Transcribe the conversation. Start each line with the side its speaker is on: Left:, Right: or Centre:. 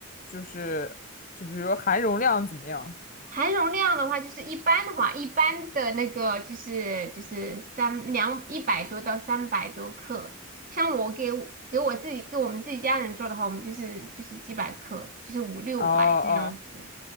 Left: 就是就比如说含绒量怎么样？
Right: 含绒量的话，就是一般的话，一般的那个就是就是三两一百多到三百多克，像我给我给我自己给我们自己家人做的话，我们就是就是几百克，就是五六百这样子，
Left: 哦哦，